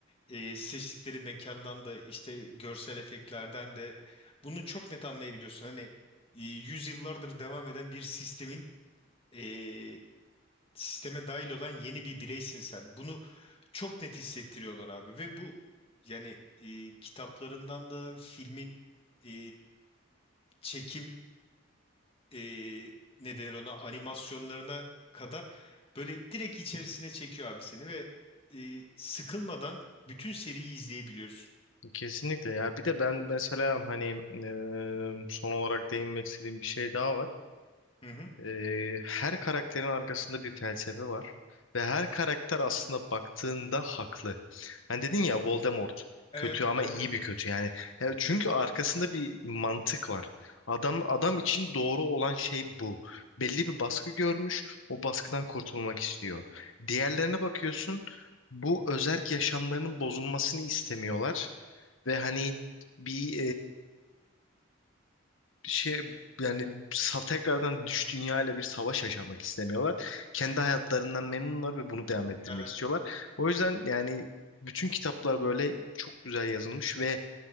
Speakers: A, on the left; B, on the left.
A: e, seçtikleri mekandan da işte görsel efektlerden de bunu çok net anlayabiliyorsun. Hani e, yüzyıllardır devam eden bir sistemin e, sisteme dahil olan yeni bir bireysin sen. Bunu çok net hissettiriyorlar abi ve bu yani e, kitaplarından da filmin e, çekim e, ne denir ona animasyonlarına kadar böyle direkt içerisine çekiyor abi seni ve e, sıkılmadan bütün seriyi izleyebiliyorsun.
B: Kesinlikle ya. Bir de ben mesela hani eee, son olarak değinmek istediğim bir şey daha var.
A: Hı hı.
B: Ee, her karakterin arkasında bir felsefe var ve her karakter aslında baktığında haklı. Hani dedin ya Voldemort
A: Evet,
B: kötü ama
A: evet,
B: iyi
A: evet.
B: bir kötü yani. E, çünkü arkasında bir mantık var. Adam adam için doğru olan şey bu. Belli bir baskı görmüş, o baskıdan kurtulmak istiyor. Diğerlerine bakıyorsun, bu özerk yaşamlarının bozulmasını istemiyorlar ve hani bir şey yani sa- tekrardan düş dünyayla bir savaş yaşamak istemiyorlar. Kendi hayatlarından memnunlar ve bunu devam ettirmek
A: Evet,
B: istiyorlar. O yüzden yani bütün kitaplar böyle çok güzel yazılmış ve